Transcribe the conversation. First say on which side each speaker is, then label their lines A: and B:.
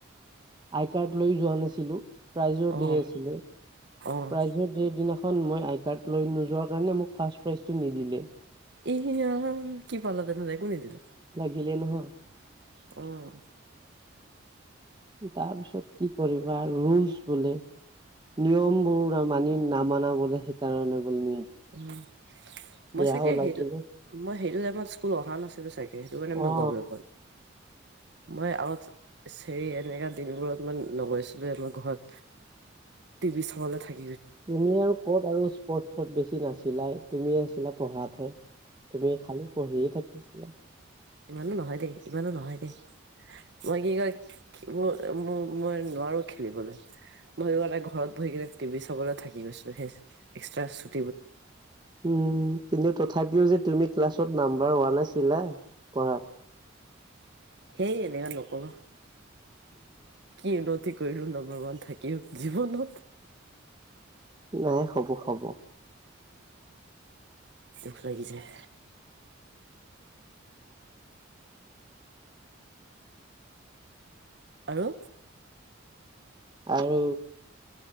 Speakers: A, on the right; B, on the right.
A: আই কাৰ্ড লৈ যোৱা নাছিলোঁ, প্ৰাইজৰ
B: অ',
A: ডে আছিলে।
B: অ',
A: প্ৰাইজৰ ডেৰ দিনাখন মই আই কাৰ্ড লৈ নোযোৱাৰ কাৰণে, মোক ফাৰ্ষ্ট প্ৰাইজটো নিদিলে।
B: <unintelligible> কি পালা তেনে একো নিদিলে?
A: দিলে নহয়।
B: অ'।
A: তাৰ পিছত কি কৰিবা আৰু ৰুলছ বোলে, নিয়মবোৰ মানি নামানা বোলে সেইকাৰণে বোলে <inaudible>
B: উম, মই
A: বেয়াও
B: চাগে
A: লাগিলে
B: সেইটো, মই সেইটো টাইমত স্কুল অহা নাছিলোঁ চাগে। সেইটো কাৰণে মই
A: অ
B: গম নাই পোৱা। মই আগত <unintelligible> এনেকা দিনবোৰত মই নগৈছিলোয়ে মই ঘৰত, টি ভি চাবলৈ থাক
A: তুমি আৰু ক'ত আৰু স্পৰ্টছত বেছি নাছ <unintelligible> তুমি আছিলা পঢ়াতহে, তুমি খালি পঢ়িয়ে থাকিছিলা।
B: ইমানো নহয় দেই, ইমানো নহয় দেই। মই কি কয়, ম-ম-মই নোৱাৰো খেলিবলৈ। মই সেইটো কাৰণে ঘৰত বহি কিনে টি ভি চাবলৈ থাকি গৈছোঁ হে, এক্সট্ৰা <inaudible>
A: উম, কিন্তু তথ থাপিও যে তুমি ক্লাছত নাম্বাৰ ওৱান আছিলা, পঢ়াত।
B: হেই এনেৱা নকবা, কি উন্নতি কৰিলোঁ ন' <unintelligible> থাকিও জীৱনত
A: নাই হ'ব হ'ব।
B: দুখ লাগি যায়। আৰু?
A: আৰু,